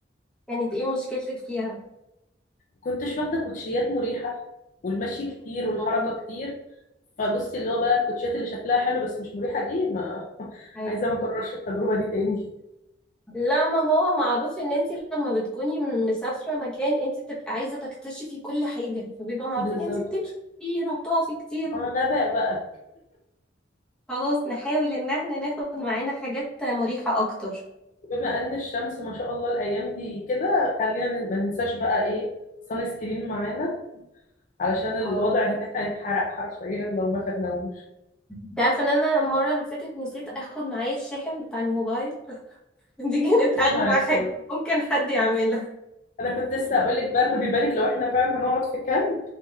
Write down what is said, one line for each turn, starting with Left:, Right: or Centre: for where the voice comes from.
Centre: يعني إنت إيه مشكلتك فيها؟
Left: كنتش واخدة كوتشيات مريحة والمشي كتير والحركة
Centre: أهو
Left: كتير فبصي اللي هو بقى الكوتشيات اللي شكلها حلو بس مش مريحة دي ما <laughs>
Centre: أيوة.
Left: عايزة ما اكررش التجربة دي تاني
Centre: لا ما هو معروف ان انت لما بتكوني مسافره مكان انت بتبقي عايزه تكتشفي كل حاجه فبيبقى معروف
Left: بالظبط
Centre: ان انت بتمشي كتير وبتقفي كتير
Left: ما
Centre: وب-
Left: غباء بقى
Centre: خلاص نحاول ان احنا ناخد معانا حاجات مريحه اكتر
Left: بما ان الشمس ما شاء الله الايام دي كده خلينا ن- ما ننساش بقى ايه سان سكرين معانا علشان الوضع
Centre: اه
Left: هناك هيتحرق حرفيا لو ما خدناهوش
Centre: انت عارفه ان انا المره اللي فاتت نسيت اخد معايا الشاحن بتاع الموبايل <laughs> دي كانت
Left: يا
Centre: اغبى
Left: نهار اسود
Centre: حاجه ممكن حد يعملها
Left: انا كنت لسه هقول لك بقى خدي بالك لو احنا فعلا هنقعد في كامب